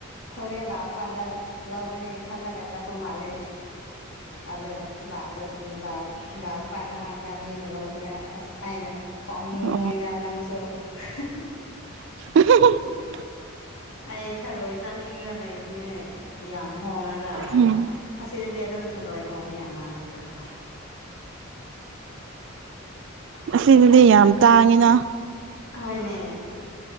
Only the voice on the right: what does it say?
ꯑꯣ
<unintelligible>
ꯎꯝ
ꯑꯁꯤꯗꯨꯗꯤ ꯌꯥꯝ ꯇꯥꯡꯉꯤꯗ꯫